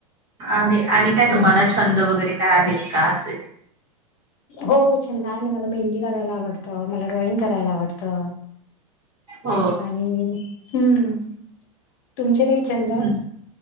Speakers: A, on the right; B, on the left.
A: आणि आणि काय
B: हम्म
A: तुम्हाला छ छंद वगैरे काय आहेत का असे?
B: हो छंद आहे ना, मला मेहंदी काढायला आवडतं, मला ड्रॉइंग करायला आवडतं.
A: हो
B: आणि हम्म, तुमचे काही छंद
A: हम्म